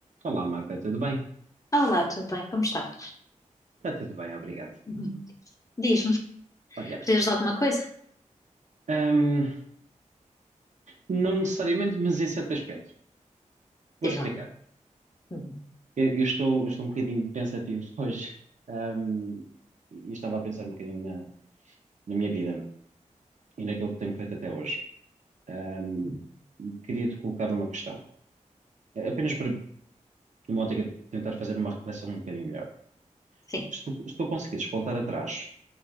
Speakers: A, on the right; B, on the left.
A: Olá, Magda, tudo bem?
B: Olá, tudo bem? Como está?
A: Está tudo bem, obrigado.
B: Uhum. Diz-me,
A: Olha,
B: precisas de alguma coisa?
A: ahm, não necessariamente, mas em certo aspecto. Vou
B: Diz
A: explicar.
B: lá. Uhum.
A: Eu, eu estou, eu estou um bocadinho pensativo <laughs> hoje, ahm, e estava a pensar um bocadinho na, na minha vida e naquilo que tenho feito até hoje. Ahm,
B: Uhum.
A: queria-te colocar uma questão, Eh, apenas para, numa ótica, de tentar fazer uma reflexão um bocadinho melhor.
B: Sim.
A: Se tu, se tu conseguires voltar atrás,